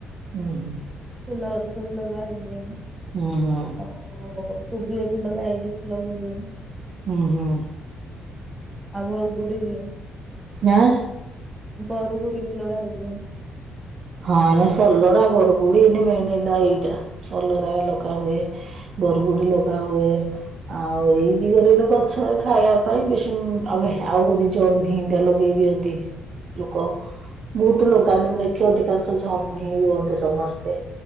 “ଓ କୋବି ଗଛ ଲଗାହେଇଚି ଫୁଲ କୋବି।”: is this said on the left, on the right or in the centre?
Right